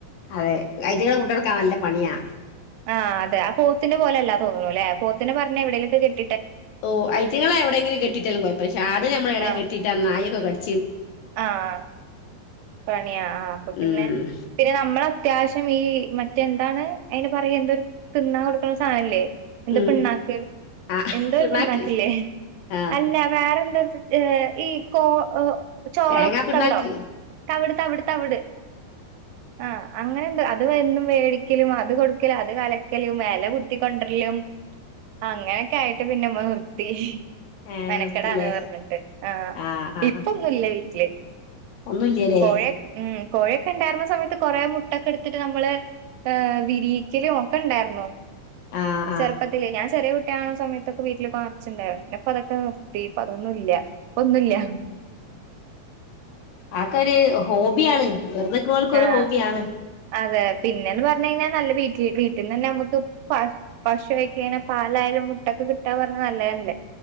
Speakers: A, on the left; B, on the right.
A: അതെ ഐറ്റങ്ങളെ കൊണ്ടടക്കാൻ നല്ല പണിയാ
B: ആഹ് അതെ പോത്തിന്റെ പോലല്ല തോന്നുന്നു അല്ലേ പോത്തിന് പറഞ്ഞ എവിടേലൊക്കെകെട്ടി
A: ഓ ഐറ്റങ്ങളെ എവിടെങ്കിലും കെട്ടിട്ടാലും കൊയപ്പല്ല. പക്ഷെ ആട് നമ്മ എവിടെ
B: ആഹ്
A: കെട്ടിട്ട ആ നായൊക്കെ കടി
B: ആഹ് പണിയാ ആ അപ്പൊ പിന്നെ
A: ഉം
B: പിന്നെ നമ്മൾ അത്യാവശ്യം ഈ മറ്റെന്താണ് അതിന് പറയ എന്തൊരു തിന്നാൻ കൊടുക്കണ സാനംല്ലേ എന്താ
A: ഉം
B: പിണ്ണാക്ക്
A: ആഹ്
B: എന്തോ
A: പിണ്ണാക്ക്
B: ഒരു പിണ്ണാക്കില്ലേ
A: ആഹ്
B: അല്ല വേറെന്തോ ഒരു ഏ ഈ കോ ഓ ചോളം
A: തേങ്ങാ പിണ്ണാക്ക്
B: തവിടോ തവിട് തവിട് തവിട് ആ അങ്ങനെ ണ്ട്. അത് എന്നും മേടിക്കലും അത് കൊടുക്കലും അത് കലക്കലും എല കുത്തിക്കൊണ്ടരലും അങ്ങനെയൊക്കെ ആയിട്ട് പിന്നമ്മള് നിർത്തി.
A: ഏഹ്
B: മെനക്കടാണ്
A: നിർത്തില്ലേ
B: പർഞ്ഞിട്ട്. ആ
A: ആഹ് ആഹ്
B: ഇപ്പം ന്നുല്ല വീട്ടില്.
A: ഒന്നുല്ല്യലേ
B: കോയെ ഉം കോഴയൊക്കെ ഉണ്ടായിരുന്ന സമയത്ത് കൊറെ മുട്ടൊക്കെ എട്ത്തിട്ട് നമ്മള് വിരിയിക്കലും ഒക്കെ ഉണ്ടാർന്നു.
A: ആഹ്
B: ചെറുപ്പത്തിലേ,
A: ആഹ്
B: ഞാൻ ചെറിയ കു ട്ടിയാവണ സമയത്തൊക്കെ വീട്ടിലൊക്ക നർച്ചുണ്ടായിരുന്നു. പിന്നപ്പതൊക്കെ നിർത്തി. ഇപ്പൊ അതൊന്നും ഇല്ല. ഇപ്പം ഒന്നൂല്ല്യാ
A: അ ഒക്കരു ഹോബിയാണ്. വെർതെ നിക് ണോൽക്കൊരു
B: ആഹ്
A: ഹോബിയാണ്.
B: അതെ. പിന്നെന്ന് പറഞ്ഞഴിഞ്ഞാൽ നല്ല വീട്ടിൽ വീട്ടീന്ന് തന്നെ നമുക്ക് പ പശു ആയ്ക്കെയ്ഞ്ഞാ പാലായാലും മുട്ടൊക്കെ കിട്ടാന്ന് പർഞ്ഞാ നല്ലതല്ലേ.